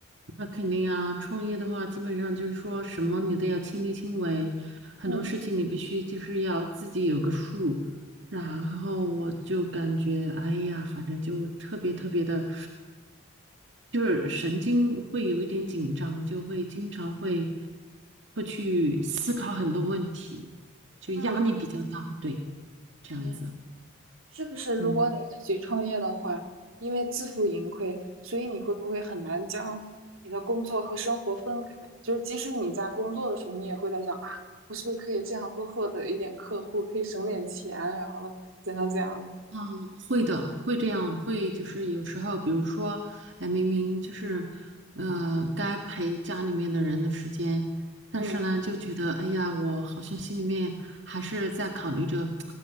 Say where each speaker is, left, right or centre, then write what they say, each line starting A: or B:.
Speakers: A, on the right (about 60°); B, on the right (about 75°).
A: 那肯定啊，创业的话，基本上就是说什么你都要亲力亲为，很多事情你必须就是要自己有个数。
B: 嗯
A: 然后我就感觉，哎呀，反正就特别特别的，就是神经会有一点紧张，就会经常会会去思考很多问题，就压力比较大，
B: 嗯，
A: 对，这样子。
B: 嗯。是不是如果你自己创业的话，
A: 嗯。
B: 因为自负盈亏，所以你会不会很难将你的工作和生活分开？就是即使你在工作的时候，你也会在想啊，我是不是可以这样多获得一点客户，可以省点钱，然后怎样怎样的
A: 嗯，会的，会这样，会就是有时候，比如说，哎，明明就是，呃，该陪家里面的人的时间，但是呢，
B: 嗯
A: 就觉得，哎呀，我好像心里面还是在考虑着，